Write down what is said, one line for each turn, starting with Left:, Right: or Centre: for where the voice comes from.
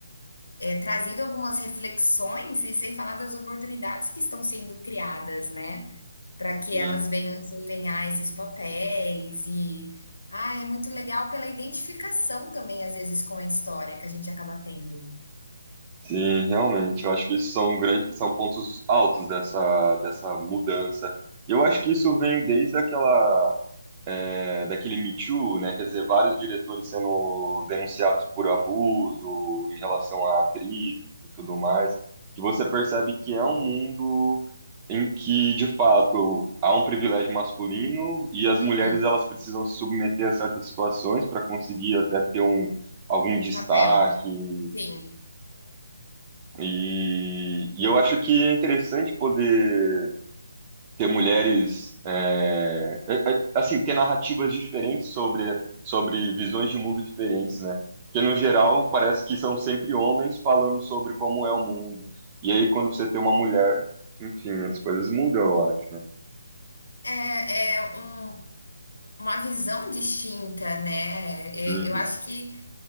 Left: é, trazido algumas reflexões e sem falar das oportunidades que estão sendo criadas, né? Para que
Right: Sim,
Left: elas venham desempenhar esses papéis e ah, é muito legal pela identificação também, às vezes, com a história que a gente acaba tendo.
Right: sim, realmente. Eu acho que isso são grandes, são pontos altos dessa, dessa mudança. E Eu acho que isso vem desde aquela é, daquele Me Too, né? Quer dizer, vários diretores sendo denunciados por abuso em relação à atriz e tudo mais, que você percebe que é um mundo em que, de fato, há um privilégio masculino e as
Left: Uhum.
Right: mulheres elas precisam se submeter a certas situações para conseguir até ter um, algum destaque.
Left: Papel, sim.
Right: E, e eu acho que é interessante poder ter mulheres, é, é, é, assim, ter narrativas diferentes sobre, sobre visões de mundo diferentes, né? Porque, no geral, parece que são sempre homens falando sobre como é o mundo. E aí, quando você tem uma mulher, enfim, as coisas mudam, eu acho, né?
Left: É, é um Uma visão distinta, né. Eh,
Right: Uhum.
Left: eu acho que